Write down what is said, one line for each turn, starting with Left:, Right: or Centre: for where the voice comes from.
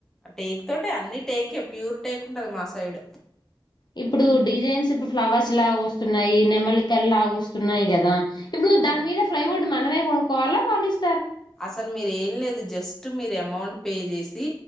Centre: టేక్ తోటి అన్ని టేకే ప్యూర్ టేక్ ఉంటదు మా సైడ్
Left: ఇప్పుడు డిజైన్స్ ఇప్పుడు ఫ్లవర్స్ లాగా వస్తున్నాయి నెమలికలు లాగా వస్తున్నాయి కదా ఇప్పుడు
Centre: అవును
Left: దాని మీద ఫ్లైవుడ్ మన మనమే కొనుక్కోవాల వాళ్ళు ఇస్
Centre: అసలు మీరు ఏం లేదు జస్ ట్ మీరు అమౌంట్ పే చేసి